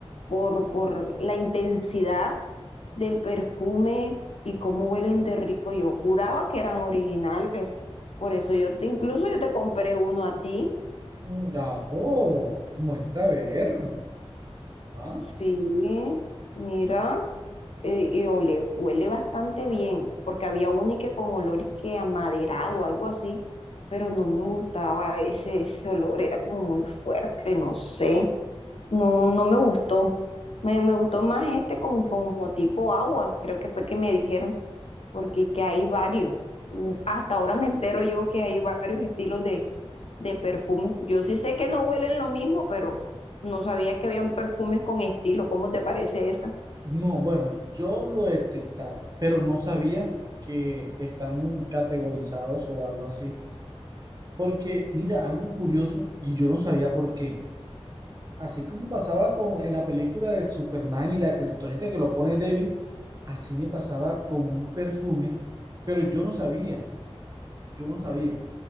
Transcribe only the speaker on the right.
Mm, ajo, muestra a ver. Ah,
No, bueno, yo lo detectaba, pero no sabía que están categorizados o algo así Porque, mira, algo curioso, y yo no sabía por qué. Así como pasaba con, en la película de Superman y la kriptonita que lo pone débil, así me pasaba con un perfume, pero yo no sabía, yo no sabía.